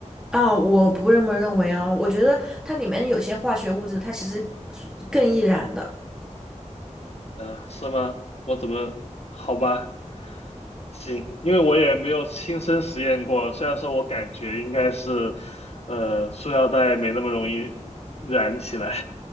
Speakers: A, in the centre; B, on the left.
A: 啊，我不这么认为哦，我觉得它里面的有些化学物质，它其实是更易燃的。
B: 啊，是吗？我怎么，好吧，行，因为我也没有亲身实验过，虽然说我感觉应该是，呃，塑料袋没那么容易燃起来。